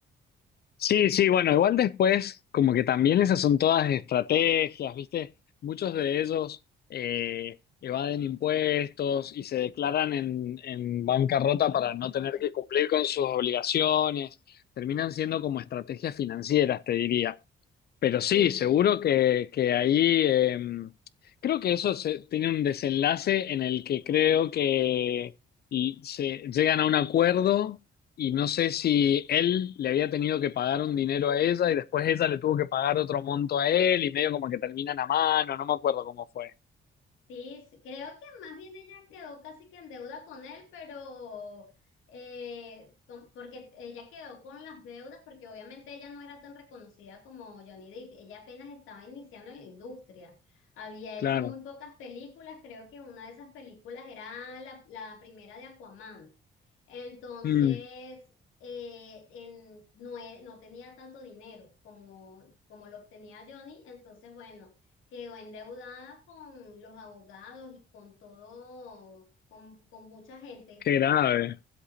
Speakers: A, on the left (about 55°); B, on the left (about 85°).
A: Sí, sí, bueno, igual después, como que también esas son todas estrategias, ¿viste? Muchos de ellos eh, evaden impuestos y se declaran en, en bancarrota
B: en
A: para
B: Carrota.
A: no tener que cumplir con sus obligaciones. Terminan siendo como estrategias financieras, te diría. Pero sí,
B: Sí.
A: seguro que, que ahí eh, creo que eso se- tiene un desenlace en el que creo que y se llegan a un acuerdo y no sé si él le había tenido que pagar un dinero a ella y después ella le tuvo que pagar otro monto a él y medio como que terminan a mano, no me acuerdo cómo fue.
B: Sí, sí, creo que más bien ella quedó casi que en deuda con él, pero eh, con- porque ella quedó con las deudas, porque obviamente ella no era tan reconocida como Johnny Depp, ella apenas estaba iniciando en la industria, había
A: Claro.
B: hecho muy pocas películas, creo que una de esas películas era la, la primera de Aquaman, entonces
A: Mm,
B: eh, en- no, e- no tenía tanto dinero como, como lo obtenía Johnny, entonces bueno quedó endeudada con los abogados y con todo, con, con mucha gente.
A: qué grave.